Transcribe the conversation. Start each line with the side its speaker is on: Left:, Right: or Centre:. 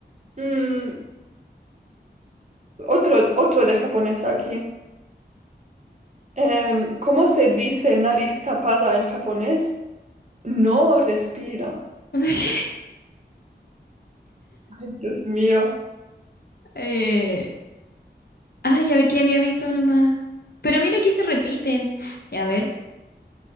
Right: Mm, otro, otro de japonés aquí. Em, ¿cómo se dice nariz tapada en japonés? No respira.
Left: <laughs>
Right: Ay, Dios mío.
Left: Eh, ah, ya ve que había visto nomás. Pero mira aquí se repiten. <gasps> A ver,